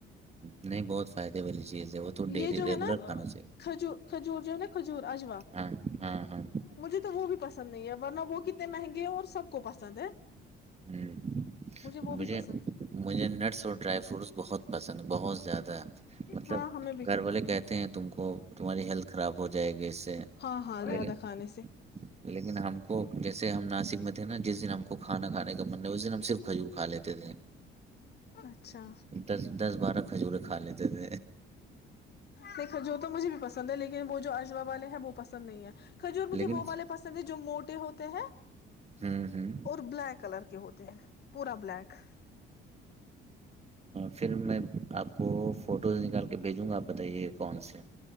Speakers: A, on the right; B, on the left.
A: نہیں بہت فائدے والی چیز ہے وہ تو ڈیلی
B: یہ جو
A: ریگولر
B: ہے نا
A: کھانا چاہیے
B: کھجور کھجور جو نا کھجور اجوا
A: ہاں ہاں ہاں
B: مجھے تو وہ بھی پسند نہیں ہے ورنہ وہ کتنے مہنگے ہیں اور سب کو پسند ہے
A: ہ
B: وہ
A: مجھے
B: بھی پسند
A: مجھے نٹس اور ڈرائی فروٹس بہت پسند بہت ز مطلب
B: ہاں ہمیں بھی
A: گھر والے کہتے ہیں تم کو تمہاری ہیلتھ خراب ہو جائے گی اس سے
B: ہاں ہاں زیادہ
A: لیکن
B: کھانے سے
A: لیکن ہم کو جیسے ہم ناسک میں تھے نا جس دن ہم کو کانا کانے کا مننا ہے اسس دن ہم صرف کھو کھا لیتے تھے
B: اچھا
A: دس دس بارہ کھجور کھا لیتے تھ
B: دیکا جو تو مجھے بھی پسند ہے لیکن وہ جو اجوا والے ہیں ب وہ پسند نہیں ہے کھور مجھے
A: لیکن
B: وہ والے پسند ہے جو موٹے ہو کہ ہیں
A: ہوں ہوں
B: اور بلیک کلر ہوتے ہیں پورا بلیک
A: پھر میں آپ کو فوٹوز نکال کے بھیجوں گا آپ بتائیے کون سے